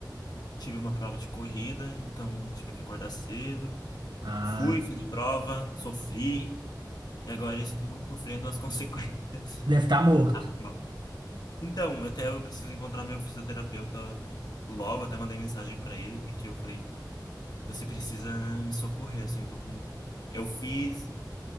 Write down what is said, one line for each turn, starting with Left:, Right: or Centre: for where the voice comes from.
Left: tive uma prova de corrida, então tive que acordar cedo.
Right: Ah,
Left: Fui, fiz a prova, sofri, e agora estou sofrendo as <laughs> consequências
Right: deve estar morto.
Left: da prova. Então, até eu preciso encontrar meu fisioterapeuta logo, até mandei mensagem para ele, porque eu falei, você precisa me socorrer, assim, eu tô com... Eu fiz